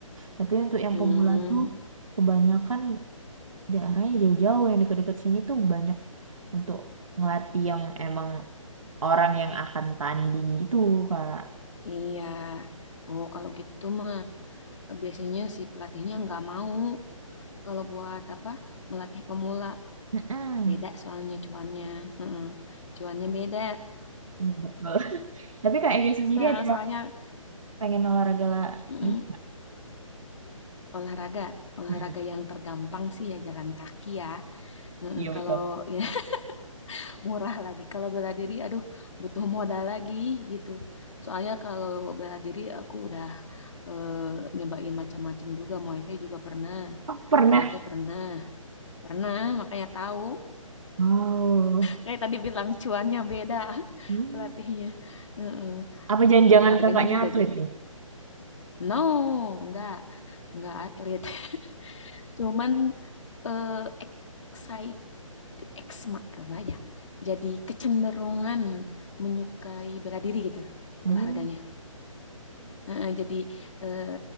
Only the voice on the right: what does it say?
tapi untuk yang
pemula tuh kebanyakan daerahnya jauh-jauh yang dekat-dekat sini tuh banyak untuk ngelatih yang emang orang yang akan tanding gitu kak.
Mm-mm.
Iya betul. <laughs> Tapi kak Ega sendiri
ada
pengen olahraga lah
gitu kak.
Mm-mm.
Iya
betul.
Oh, pernah.
Wow.
Hmm.
Apa jangan-jangan
kakaknya
atlet
nih?
Hmm.